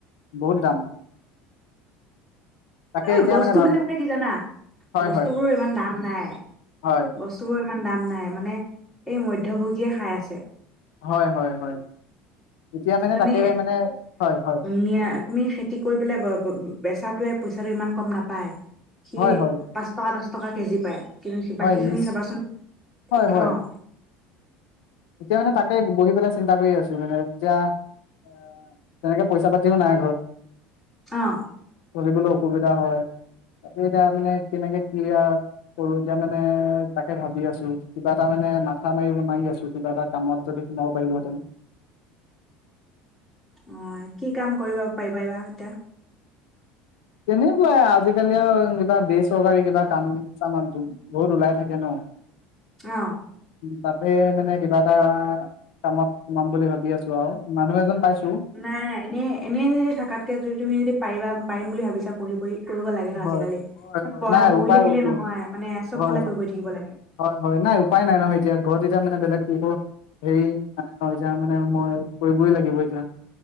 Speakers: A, on the left (about 80°); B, in the centre.
A: বহুত দাম। তাকে
B: এই
A: এতিয়া
B: বস্তুবিলাকে
A: মানে ভাব
B: কি জানা?
A: হয়
B: বস্তুবোৰৰ
A: হয়
B: ইমান দাম নাই।
A: হয়
B: বস্তুবোৰ ইমান দাম নাই । মানে এই মধ্যভোগীয়ে খাই আছে।
A: হয় - হয় - হয়। এতিয়া মানে
B: তুমি
A: তাকে মানে হয় হয়
B: নিয়া- তুমি খেতি কৰি পেলাই ব- ব- বেচাত টোৱে পইচাটো ইমান কম নাপায়। সি
A: হয় হয়
B: পাঁচ টকা দশ টকা কেজি পায়। কিন্তু বাকীখিনি
A: হয় নিচ
B: চাবাচোন ।
A: হয় হয়
B: অ'।
A: এতিয়া মানে তাকে বহি পেলাই চিন্তা কৰি আছোঁ মানে । এতিয়া অ' তেনেকে পইচাপাতিও নাই ঘৰত।
B: অ'।
A: চলিবলৈ অসুবিধা হয় । তাকে এতিয়া মানে কেনেকে কিআ কৰোঁ, এতিয়া মানে তাকে ভাবি আছোঁ । কিবা এটা মানে মাথা মাৰিব- মাৰি আছোঁ। কিবা এটা কামত যদি সোমাব পাৰিলোহেঁতেন।
B: অ' এ কি কাম কৰিব পাৰিবাএবা এতিয়া?
A: তেনেকুৱাই আজিকালি আৰু কিবা বেচৰকাৰী কিবা কাম-চাম <unintelligible> বহুত ওলাই থাকে ন'।
B: অ'।
A: তাতে মানে কিবা এটা কামত সোমাম বুলি ভাবি আছোঁ আৰু । মানুহ এজন পাইছোঁ
B: নাই - নাই । এনে- এনেই যদি থাকাতকে, যদি তুমি যদি পাৰিবা পাৰিম বুলি ভাবিছা পঢ়ি - পঢ়ি কৰিব লাগে ন
A: হয়
B: আজিকালি
A: । হয় - হয়
B: পঢ়া
A: । নাই,
B: পঢ়ি
A: উপায়।
B: থাকিলে
A: <inaudible>
B: নহয় মানে চব
A: হয়
B: ফালে
A: -হয়
B: কৰি কৰি
A: ।
B: থাকিব লাগে
A: হয় - হয় নাই। উপায় নাই নহয় এতিয়া ঘৰত এতিয়া মানে বেলেগ কি কৰোঁ। হেৰি নাই ন', যে মানে মই কৰিবই লাগিব এতিয়া।